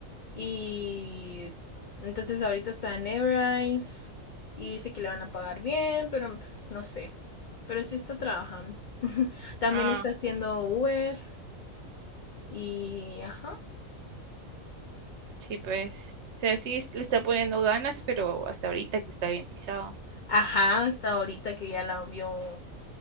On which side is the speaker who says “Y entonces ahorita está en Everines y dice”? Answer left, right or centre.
Left